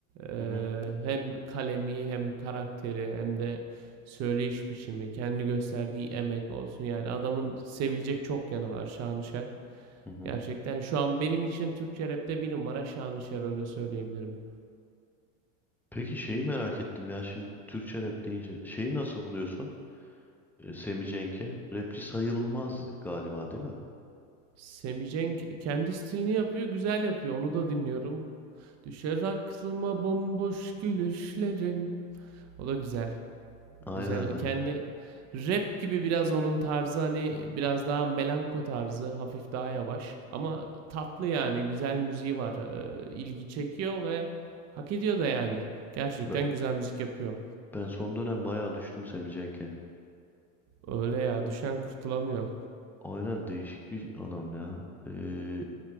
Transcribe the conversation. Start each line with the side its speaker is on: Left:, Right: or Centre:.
Right: E,
Centre: Hı hı.
Right: hem kalemi hem karakteri hem de söyleyiş biçimi kendi gösterdiği emek olsun. Yani adamın sevilecek çok yanı var Şanışer.
Centre: Hı hı.
Right: Gerçekten şu an benim için Türkçe rapte bir numara Şanışer öyle söyleyebilirim.
Centre: Peki şeyi merak ettim ya şimdi Türkçe rap deyince şeyi nasıl buluyorsun? E, Semih Cenk'e. Rapçi sayılmaz galiba değil mi?
Right: Semi Cenk kendi stilini yapıyor, güzel yapıyor. Onu da dinliyorum. Düşer aklıma bomboş gülüşlerin. O da güzel.
Centre: Aynen
Right: Güzel.
Centre: aynen.
Right: Kendi rap gibi biraz onun tarzı hani biraz daha melanko tarzı, hafif daha yavaş ama tatlı yani. Güzel müziği var. Ee, ilgi çekiyor ve hak ediyor da yani. Gerçekten
Centre: Be-
Right: güzel müzik yapıyor.
Centre: Ben, son dönem bayağı düştüm Semih Cenk'e.
Right: Öyle ya, düşen kurtulamıyor.
Centre: Aynen değişik bir adam ya. Ee,